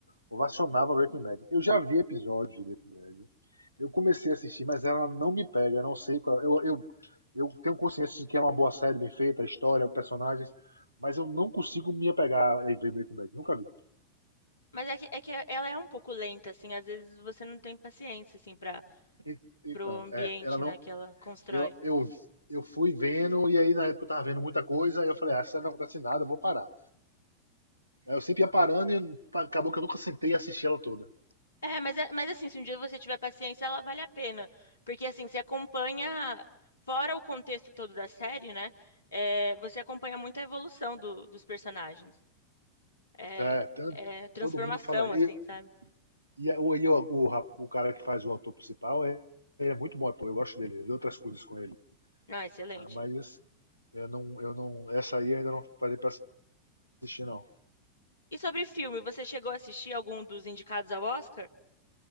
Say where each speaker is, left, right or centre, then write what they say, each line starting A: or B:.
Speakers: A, on the right (about 85°); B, on the left (about 70°).
A: ovacionava Breaking Bad. Eu já vi episódios de Breaking Bad. Eu comecei a assistir, mas ela não me pega. Eu não sei qual. Eu, eu, eu tenho consciência de que é uma boa série bem feita, a história, os personagens, mas eu não consigo me apegar e ver Breaking Bad. Nunca vi.
B: Mas é que, é que ela é um pouco lenta, assim, às vezes você não tem paciência, assim, para
A: E- Então,
B: pro ambiente,
A: é, ela não.
B: né, que ela constrói.
A: Eu, eu, eu fui vendo, e aí na época eu tava vendo muita coisa, e eu falei, ah, essa série não acontece nada, eu vou parar. Aí Eu sempre ia parando e acabou que eu nunca sentei e assisti ela toda.
B: É, mas, é- mas assim, se um dia você tiver paciência, ela vale a pena. Porque assim, você acompanha, fora o contexto todo da série, né? é, você acompanha muito a evolução do- dos personagens. É,
A: É, tan-
B: é transformação,
A: todo mundo fala.
B: assim,
A: Eu,
B: sabe?
A: e a- o, e o, o, rap- o cara que faz o autor principal é, ele é muito bom, ator, eu gosto dele, eu vi outras coisas com ele.
B: Não, excelente.
A: Ah, Mas esse- eu não, eu não, essa aí eu ainda não falei pra assistir, não.
B: E sobre filme, você chegou a assistir algum dos indicados ao Oscar?